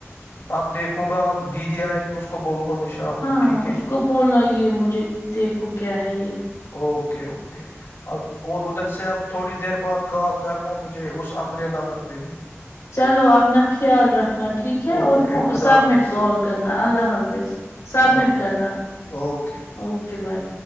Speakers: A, on the left (about 60°); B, on the left (about 80°).
A: اب دیکھوں گا اب دیدی آئے گی اس کو بولوں گا میں شام
B: ہاں
A: کو ٹھیک ہے
B: اس کو بولنا یہ مجھے دیکھو کیا ہے یہ
A: اوکے اوکے اب اور ادھر سے اپ تھوڑی دیر بعد کال کرنا مجھے اس اپنے نمبر پہ بھی
B: چلو اپنا خیال رکھنا ٹھیک ہے
A: اوکے
B: اور
A: خدا
B: سبمٹ
A: حافظ
B: کال کرنا اللہ حافظ سبمٹ
A: خدا حافظ،
B: کرنا
A: اوکے
B: اوکے بائے